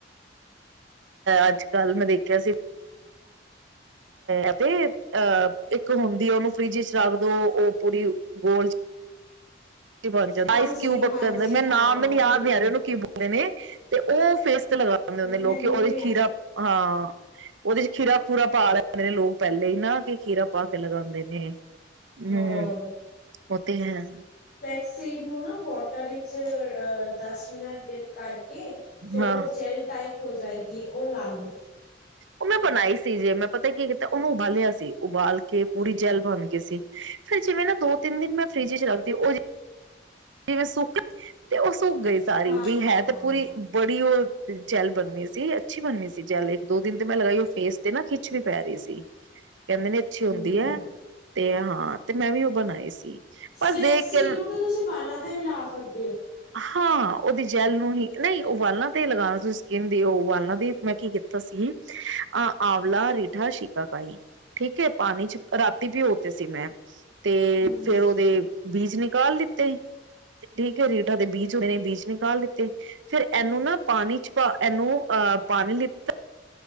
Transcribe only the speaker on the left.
ਹਾਂਜੀ
ਹਾਂਜੀ
ਹਾਂ
ਹਾਂ
ਉਹੀ
ਉਹੀ
ਮੈਨੂੰ ਵੀ
ਨੀ
ਹੈ
ਹਾਂ
ਹਾਂ
ਸੇਗ ਨੂੰ ਵਾਟਰ ਵਿੱਚ ਅਹ ਦਸ ਮਿੰਟ ਡੀਪ ਕਰਕੇ ਕੇ ਫੇਰ
ਉਹ ਟਾਈਪ ਹੋ ਜਾਏਗੀ ਉਹ ਲਾਲੋ।
ਹਾਂ
ਹਾਂ
ਹਾਂ
ਹਾਂ।
ਹੂੰ
ਫਲੈਕਸ
ਸੀਟ
ਨੂੰ ਤਾਂ ਤੁਸੀਂ ਵਾਲਾ ਵੀ ਲਾ ਸਕਦੇ ਹੋ।
ਹੂੰ।